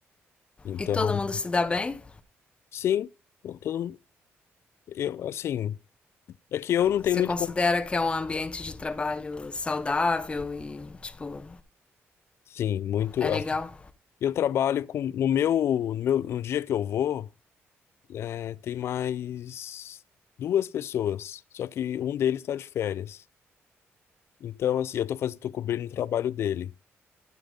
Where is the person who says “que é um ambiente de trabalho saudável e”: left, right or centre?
Left